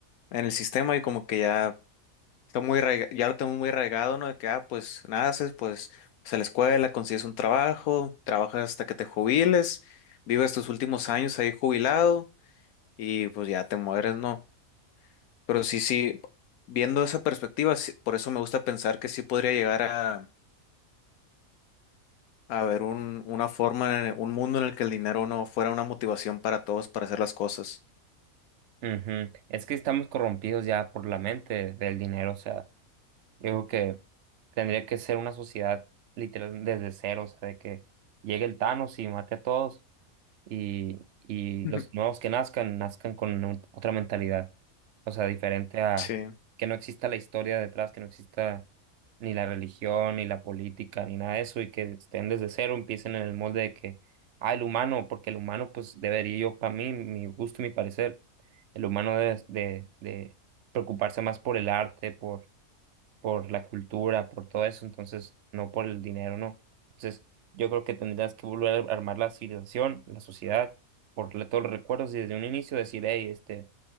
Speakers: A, on the left (about 85°); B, on the right (about 65°).
A: en el sistema y como que ya Está muy arraiga- ya lo tengo muy arraigado, ¿no? De que, ah, pues naces, pues vas a la escuela, consigues un trabajo, trabajas hasta que te jubiles, vives tus últimos años ahí jubilado y pues ya te mueres, ¿no? Pero sí, sí, viendo esa perspectiva, sí- por eso me gusta pensar que sí podría llegar a, a haber un, una forma, un mundo en el que el dinero no fuera una motivación para todos para hacer las cosas.
B: Ujú. Es que estamos corrompidos ya por la mente del dinero, o sea, yo creo que tendría que ser una sociedad literal desde cero, o sea, de que llegue el Thanos y mate a todos. y, y los
A: <laughs>
B: nuevos que nazcan, nazcan con un- otra mentalidad. O sea, diferente a
A: Sí,
B: que no exista la historia detrás, que no exista ni la religión, ni la política, ni nada de eso, y que estén desde cero, empiecen en el molde de que, ah, el humano, porque el humano, pues debería yo, para mí, mi gusto y mi parecer, el humano debe de, de preocuparse más por el arte, por la cultura, por todo eso, entonces no por el dinero, no. Entonces yo creo que tendrías que volver a armar la civilización, la sociedad, por todos los recuerdos y desde un inicio decir, hey, este,